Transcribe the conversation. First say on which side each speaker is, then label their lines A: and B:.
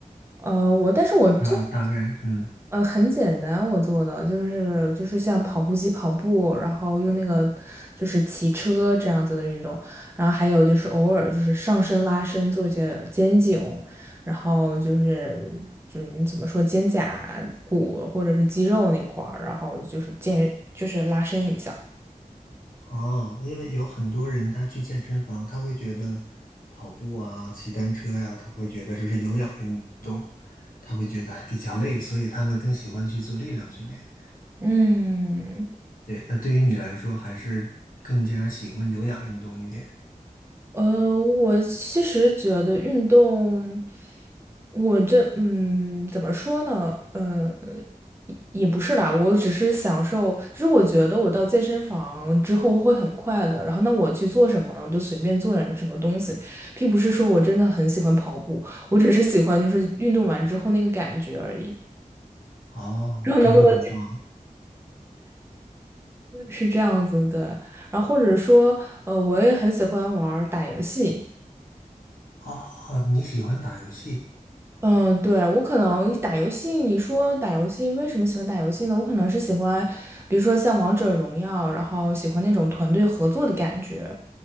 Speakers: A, on the right; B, on the left.
A: 呃，我但是我做
B: 那大概，嗯，
A: 呃很简单，我做的就是就是像跑步机跑步，然后用那个就是骑车这样子的运动，然后还有就是偶尔就是上身拉伸做一些肩颈，然后就是就是你怎么说肩胛骨或者是肌肉那块儿，然后就是健就是拉伸一下。
B: 哦，因为有很多人他去健身房，他会觉得跑步啊、骑单车呀、他会觉得这是有氧运动，他会觉得比较累，所以他们更喜欢去做力量训练。
A: 嗯，
B: 对，那对于你来说，还是更加喜欢有氧运动一点。
A: 呃，我其实觉得运动，我这嗯，怎么说呢？呃，也也不是啦，我只是享受，就是我觉得我到健身房之后会很快乐，然后那我去做什么呢，我就随便做点什么东西，并不是说我真的很喜欢跑步，我只是喜欢就是运动完之后那个感觉而已。
B: 哦，
A: 然后能不能
B: 真的很棒。
A: 是这样子对，然后或者说，呃，我也很喜欢玩儿打游戏。
B: 哦，你喜欢打游戏。
A: 嗯，对，我可能打游戏，你说打游戏为什么喜欢打游戏呢？我可能是喜欢，比如说像王者荣耀，然后喜欢那种团队合作的感觉。